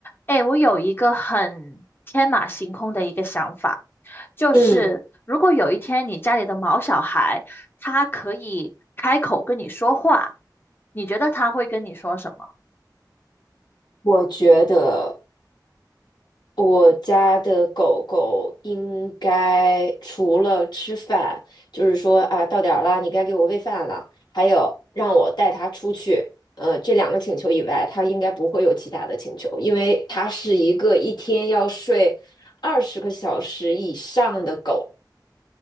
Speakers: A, on the left (about 30°); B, on the left (about 70°).
A: 哎，我有一个很天马行空的一个想法，就是如果有一天你家里的毛小孩，
B: 嗯，
A: 他可以开口跟你说话，你觉得他会跟你说什么？
B: 我觉得我家的狗狗应该除了吃饭，就是说啊，到点儿了，你该给我喂饭了，还有让我带它出去，呃，这两个请求以外，它应该不会有其他的请求，因为它是一个一天要睡二十个小时以上的狗，